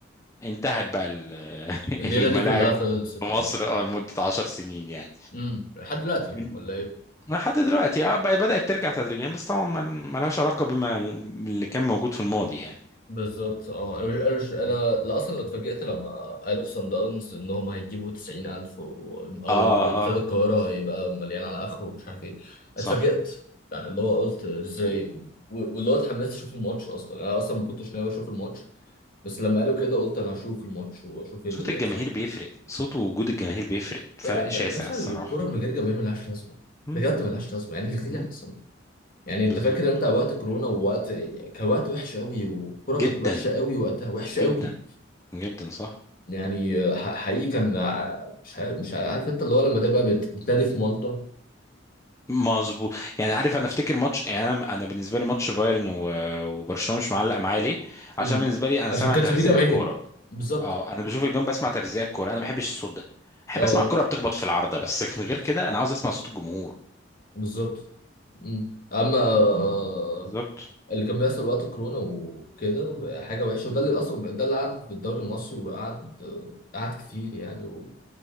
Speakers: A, on the left; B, on the left.
A: انتهت بقى ال- <laughs>
B: الليلة
A: الملاعب
B: دي كلها خلصت
A: في مصر
B: اه
A: اه لمده 10 سنين يعني
B: أمم، لحد دلوقتي
A: يعني
B: ولا ايه
A: لحد دلوقتي اه بقى- بدأت ترجع تدريجيا بس طبعا ما- ملهاش علاقة بما اللي كان موجود في الماضي يعني
B: بالظبط اه انا مش انا مش انا
A: مم.
B: لا اصلا اتفاجئت لما قالوا في صن داونز ان هم هيجيبوا 90000 و... او
A: اه
B: ال- استاد
A: اه
B: القاهره هيبقى مليان على اخره ومش عارف ايه اتفاجئت
A: صح
B: يعني اللي هو قلت ازاي و... واللي هو اتحمست اشوف الماتش اصلا انا اصلا ما كنتش ناوي اشوف الماتش بس لما قالوا كده قلت انا هشوف الماتش واشوف ايه
A: صوت
B: اللي بيحصل
A: الجماهير بيفرق صوت ووجود الجماهير بيفرق فرق
B: يا ب-
A: شاسع
B: باشا
A: الصراحة
B: الكوره من غير جماهير ملهاش لازمه
A: مم.
B: بجد ملهاش لازمه يعني الغي
A: مم.
B: احسن يعني انت
A: بالظبط
B: فاكر انت وقت كورونا ووقت كان وقت وحش قوي والكوره كانت
A: جدا
B: وحشه قوي وقتها وحشه
A: جدا
B: قوي
A: جدا صح
B: يعني آه، ح- حقيقي كان ع- مش عارف مش عارف انت اللي هو لما تبقى بت- بتنادي في مالطا
A: مظبوط يعني عارف انا افتكر ماتش يعني انا انا بالنسبه لي ماتش بايرن و- وبرشلونه مش معلق معايا ليه عشان
B: امم
A: بالنسبه لي انا
B: عشان
A: سامع
B: ما كانش
A: ترزيع
B: في جماهير
A: الكوره
B: بالظبط
A: اه انا بشوف الجون بسمع ترزيع الكوره انا ما بحبش الصوت ده احب
B: اه
A: اسمع الكوره بتخبط في العارضه بس لكن غير كده انا عاوز اسمع صوت الجمهور
B: بالظبط مم. اما آه،
A: بالظبط
B: اللي كان بيحصل وقت الكورونا وكده حاجه وحشه وده اللي اصلا ده اللي قعد في الدوري المصري وقعد آه، قعد كتير يعني